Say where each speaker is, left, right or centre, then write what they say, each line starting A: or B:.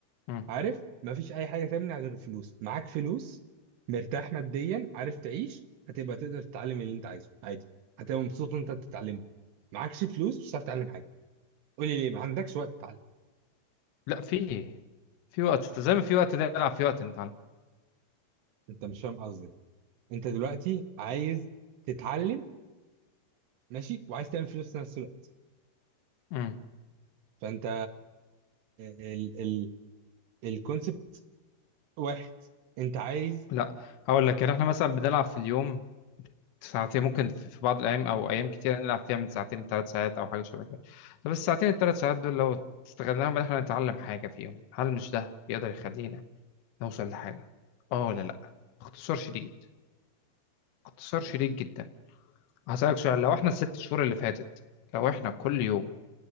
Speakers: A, on the left; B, on the right.
A: مم.
B: عارف مفيش اي حاجه تمنع غير الفلوس معاك فلوس مرتاح ماديا عارف تعيش هتبقى تقدر تتعلم اللي انت عايزه عادي هتبقى مبسوط وانت بتتعلمه معكش فلوس مش هتعرف تتعلم حاجه قولي ليه ما عندكش وقت تتعلم
A: لا في إيه؟ في وقت زي ما في وقت نلعب في وقت نتعلم
B: انت مش فاهم قصدي انت دلوقتي عايز تتعلم ماشي وعايز تعمل فلوس في نفس الوقت
A: مم.
B: فانت ال ال الكونسبت واحد انت عايز
A: لا هقول لك يعني احنا مثلا بنلعب في اليوم ساعتين ممكن في بعض الأيام أو أيام كتير نلعب فيها من ساعتين لثلاث ساعات أو حاجة شبه كده طب الساعتين الثلاث ساعات دول لو استغلناهم إن إحنا نتعلم حاجة فيهم هل مش ده يقدر يخلينا نوصل لحاجة؟ آه ولا لأ؟ اختصار شديد اختصار شديد جدا هسألك سؤال لو إحنا الست شهور اللي فاتت لو إحنا كل يوم